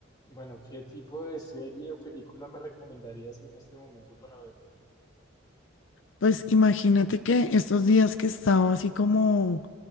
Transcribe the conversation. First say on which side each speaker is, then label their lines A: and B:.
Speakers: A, on the left (about 20°); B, on the left (about 75°).
A: Bueno, ¿qué tipo de serie o película me recomendarías en este momento para ver?
B: Pues imagínate que estos días que estaba así como